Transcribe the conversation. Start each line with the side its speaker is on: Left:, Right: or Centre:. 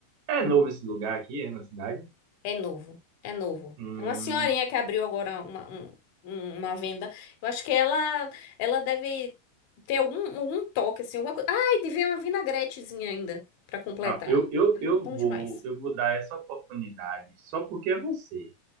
Right: É novo esse lugar aqui, é na cidade?
Left: É novo, é novo.
Right: Hum.
Left: É uma senhorinha que abriu agora uma, um- um- uma venda. Eu acho que ela, ela deve ter algum, algum toque, assim, alguma coisa. Ai, devia uma vinagretezinha ainda pra completar.
Right: Ah, eu, eu,
Left: Ah,
Right: eu
Left: bom
Right: vou,
Left: demais.
Right: eu vou dar essa oportunidade só porque é você.